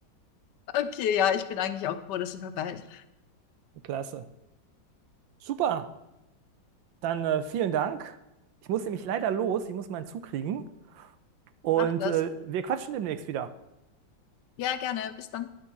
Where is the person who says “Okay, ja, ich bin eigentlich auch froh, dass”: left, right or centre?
Left